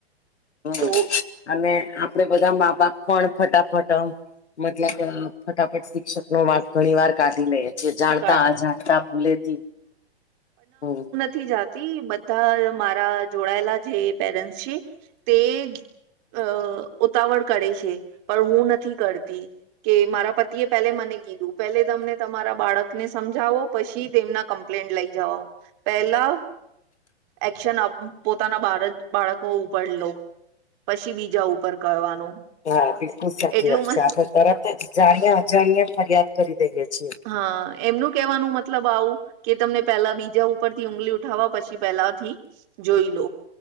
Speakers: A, on the left; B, on the right.
A: હમ્મ
B: તો
A: અને આપડે બધા મા બાપ પણ ફટાફટ મતલબ ફટાફટ શિક્ષક નો માર્ગ ઘણી વાર કાઢી લે જે જાણતા
B: કાઢ
A: અજણતા ભૂલેતી હમ્મ
B: થી જતી બધા મારા જોડાયેલા જે પેરેન્ટસ છે તે અ ઉતાવળ કરે છે પણ હું નથી કરતી કે મારા પતિએ પેલે મને કીધું પેલે તમને તમારા બાળકને સમજાવો પછી તેમના કમ્પ્લેન્ટ લઈ જવાઓ પેલા એક્શન પોતાના બાળ બાળકો ઉપાર લો પછી બીજા ઉપર કરવાનું
A: હા બિલકુલ સાચી
B: એટલું
A: વાત છે
B: હ
A: આપણે તરત જ જાણ્યા અજાણય ફરિયાદ કરી દઈએ છીએ
B: હા એમનું કેવાનું મતલબ આવું કે તમને પેલા બીજા ઉપરથી ઊગલી ઉઠાવવા પછી પહેલાથી જોઈ લો